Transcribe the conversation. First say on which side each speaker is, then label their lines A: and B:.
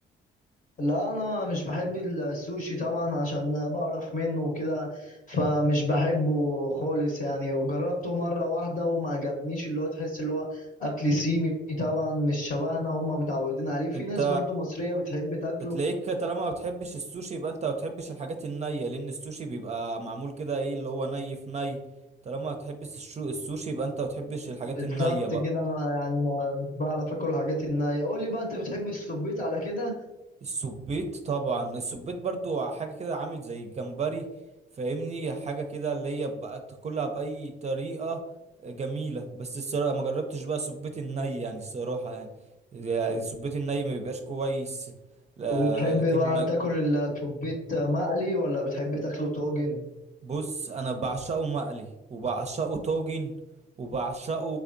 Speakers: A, on the left; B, on the right.
A: لا انا مش بحب السوشي طبعا عشان بقرف منه وكده فمش بحبه خالص يعني وجربته مره واحده وما عجبنيش اللي هو تحس اللي هو اكل صيني طبعا مش شبهنا هم متعودين عليه في
B: انت
A: ناس برضو مصريه بتحب تاكله
B: تلاقيك طالما ما بتحبش السوشي يبقى انت ما بتحبش الحاجات النية لان السوشي بيبقى معمول كده ايه اللي هو ني في ني طالما ما بتحبش الشو- السوشي يبقى انت ما بتحبش الحاجات
A: بالظبط
B: النية بقى
A: كده انا يعني ما مش بعرف اكل الحاجات النيه قول لي بقى انت بتحب السبيت على كده
B: السبيت طبعا السبيت برضو حاجة كده عامل زي الجمبري فاهمني حاجة كده اللي هي بقى تاكلها بأي طريقة جميلة بس الصراحة ما جربتش بقى سبيت الني يعني الصراحة يعني يعني السبيت الني ما بيبقاش كويس لا
A: وبتحب
B: لكن
A: بقى تاكل السبيت مقلي ولا بتحب تاكله طاجن
B: بص انا بعشقه مقلي وبعشقه طاجن وبعشقه